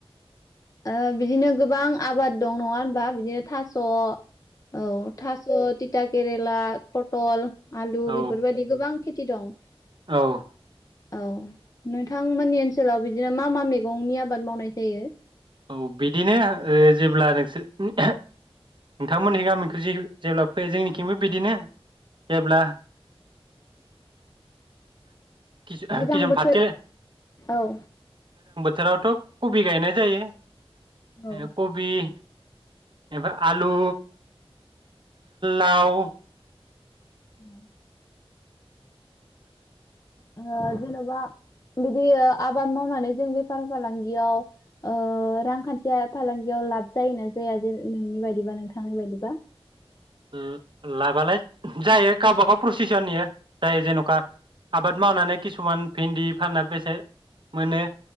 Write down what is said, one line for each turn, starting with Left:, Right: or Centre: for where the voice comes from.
Left: ओ बिदिनो गोबां आबाद दं नङा होनबा बिदिनो थास' औ थास' थिथा केरला पटल आलु
Right: औ
Left: बेफोरबायदि गोबां खे थि दं ओ
Right: औ
Left: औ नोंथांमोननि ओनसोलाव बिदिनो मा मा मैगंनि आबाद मावनाय जायो
Right: औ बिदिनो ओ जेब्ला नोंसोर नोंथांमोननि गामिखौ जेब्ला फैयो जोंनिथिंबो बिदिनो जेब्ला किसुम
Left: गोजां बोथोर
Right: फाथो
Left: औ
Right: थोरावथ' कबि गायनाय जायो
Left: औ
Right: ए कबि एनिफ्राय आलु लाव
Left: औ ओ जेन'बा बिदि आबाद मावनानै जों बेफार फालांगियाव ओ रांखान्थिया फालांगियाव लाब जायोना जाया जे नोंनि बायदिबा नोंथांनि बायदिबा
Right: ला-लाबालाय जायो गावबागाव प्रसिसन इयो जाय जेन'का आबाद मावनानै किसुमान भिन्दि फानना बेसे मोनो